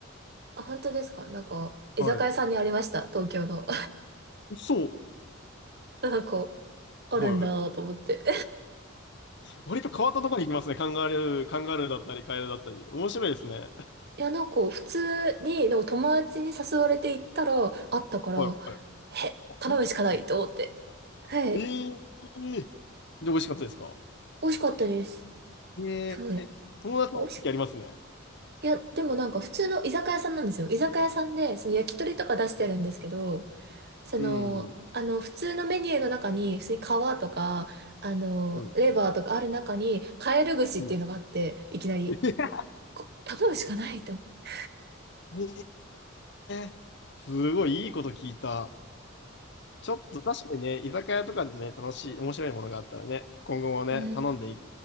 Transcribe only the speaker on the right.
あ、本当ですかなんか、居酒屋さんにありました、
東京の。
<laughs> なんか、あるんだと思って。
いや、なんか、普通に、でも友達に誘われて行ったら、あったから、
え、
頼むしかないと思って。はい。
美味しかったです。
すごい。美味し、いや、でもなんか普通の居酒屋さんなんですよ。居酒屋さんで、その焼き鳥とか出してるんですけど、その、
あの、普通のメニューの中に、普通に皮とか、あの、
レバーとかある中に、カエル串っていうのがあって、
いきなり、
こ頼むしかないと思って。
うん